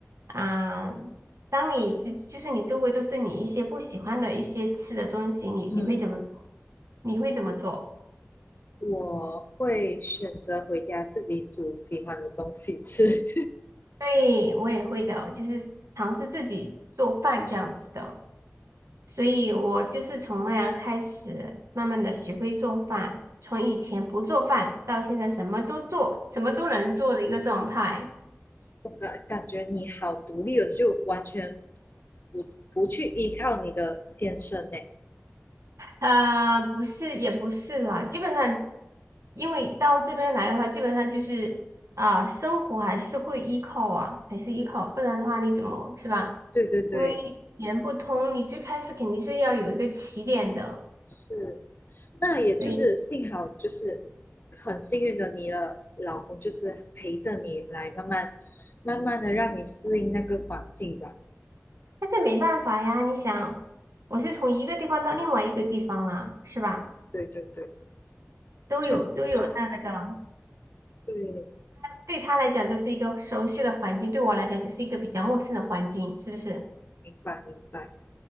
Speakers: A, on the right (about 75°); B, on the left (about 45°).
A: 啊，当你是就是你周围都是你一些不喜欢的一些吃的东西，你你会怎么
B: 嗯，
A: 你会怎么做？
B: 我会选择回家自己煮喜欢的东西吃。
A: 对，我也会的，就是尝试自己做饭这样子的。所以我就是从那样开始，慢慢的学会做饭，从以前不做饭到现在什么都做，什么都能做的一个状态。
B: <laughs> 我感感觉你好独立哦，你就完全不不去依靠你的先生呢。
A: 呃，不是，也不是啦，基本上，因为到这边来的话，基本上就是啊、生活还是会依靠啊，还是依靠，不然的话你怎么是吧？
B: 对对对，
A: 因为语言不通，你最开始肯定是要有一个起点的，
B: 是。那也就是幸好就是
A: 所以
B: 很幸运的，你的老公就是陪着你来慢慢慢慢的让你适应那个环境吧。
A: 但是没办法呀，你想，我是从一个地方到另外一个地方啊，
B: 嗯，
A: 是吧？
B: 对对对，
A: 都有都有那个的，
B: 确实就对，
A: 对他来讲这是一个熟悉的环境，对我来讲就是一个比较陌生的环境，是不是？
B: 明白明白。